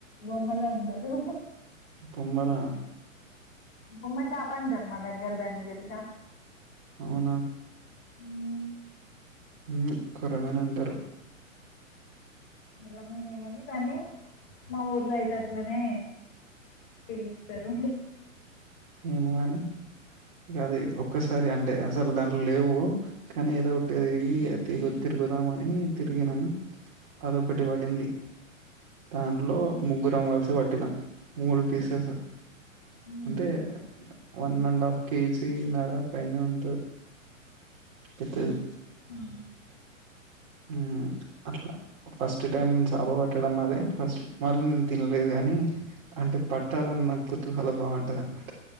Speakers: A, on the left (about 30°); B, on the right (about 40°).
A: బొమ్మలు అంటారు
B: తొమ్మరా
A: బొమ్మ చాప అంటారు మా దగ్గర దాన్ని దెలుసా
B: అవునా
A: ఉమ్
B: ఉమ్ కొర్రమీను అంటరు
A: రమీనే గాని దాన్ని మా ఊర్లో అయితే అట్లనే పిలుస్తరు
B: ఏమోగానీ ఇగ అది ఒక్కసారి అంటే అసలు దాంట్లో లేవు కానీ ఏదో ఒకటి తిరిగి తిగు తి తిరుగుదామని తిరిగినాం అదొకటి పడింది దాంట్లో ముగ్గురం గలిసి పట్టినాం మూడు పీసెస్
A: అవునా హ్మ్
B: అంటే వన్ అండ్ హాఫ్ కేజీన్నర పైనే ఉంటది పెద్దది
A: ఆ
B: ఉమ్ అట్లా ఫస్ట్ టైం నేను చాప పట్టడం అదే ఫస్ట్ మళ్ళీ నేను తినలేదు గాని అంటే పట్టాల న్న కుతూహలం బాగుంటది అన్నమాట